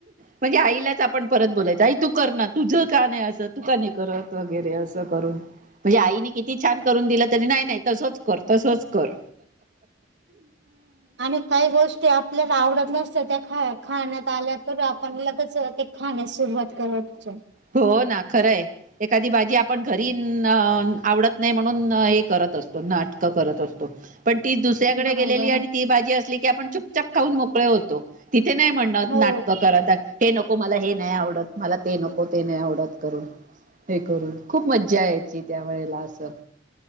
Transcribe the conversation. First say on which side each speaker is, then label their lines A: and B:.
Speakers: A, on the right; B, on the right.
A: म्हणजे आईलाच आपण परत बोलायच आई तू कर ना तुझ का नाही अस तू का नाही करत वगैरे असं करून. म्हणजे आईने किती छान करून दिलं तरी नाही नाही तसच कर तसच कर
B: आणि काही गोष्टी आपल्याला आवड त नसत त्या ख खाण्यात आल्या तर आपण लगच ते खाण्यास सुरुवात करत
A: हो ना खरंय एखादी भाजी आपण घरी आवडत नाही म्हणून हे कर असतो नाटकं करत असतो. पण ती दुसऱ्याकडे
B: बरोबर
A: गेलेली आणि ती भाजी असली की आपण चुपचप खाऊन मोकळे होतो. तिथे नाही म्हणत
B: हो
A: नाटकं करत हे नको मला हे नाही आवडत मला ते नको. ते नाही आवडत करून हे करून खूप मज्जा यायची त्या वेळेला असं.